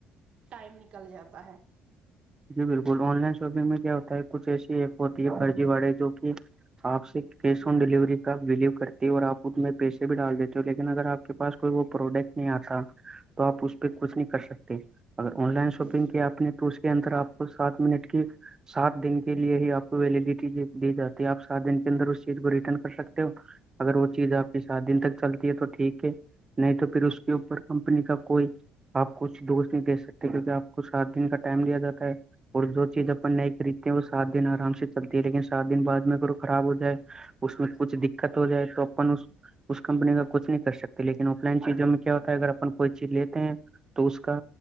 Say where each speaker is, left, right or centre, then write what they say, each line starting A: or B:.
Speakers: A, on the right (about 55°); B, on the right (about 30°).
A: ٹائم نکل جاتا ہے
B: جی بالکل آن لائن شاپنگ میں کیا ہوتا ہے کچھ ایسی ایپ ہوتی ہے فرضی والے جو کہ آپ سے کیش آن ڈیلیوری کا بلیو کرتی ہے اور آپ اس میں پیسے بھی ڈال دیتے ہ لیکن اگر آپ کے پاس کوئی وہ پروڈکٹ نہیں آتا تو آپ اس پہ کچھ نہیں کر سکتے اگر آن لائن شاپنگ
A: جی
B: کیا آپ نے تو اس کے اندر آپ کو سات منٹ کی سات دن کے لیے ہی آپ کو ویلیڈیٹی دی جاتی ہے آپ سات دن کے اندر اس چیز کو ریٹرن کر سکتے ہو اگر وہ چیز آپ کے سات دن تک چلتی ہے تو ٹھیک ہے نہیں تو پھر اس کے اوپر کمپنی کا کوئی آپ کچھ دوست نہیں دیکھ سکتے کرک آپ کو سات دن کا ٹائم دیا جاتا ہے اور جو چیز اپن نہیں خریدتے ہیں وہ سات دن آرام سے چلتی ہے لیکن سات دن بعد میں ا خراب ہو جائے اس میں کچھ دقت ہو جائے تو اپن اس کمپنی کا کچ نہیں کر سکتے لیکن آف لائن چیزوں میں کیا ہوتا ہے اگر اپن کوئی چیز لیتے ہیں تو اس کا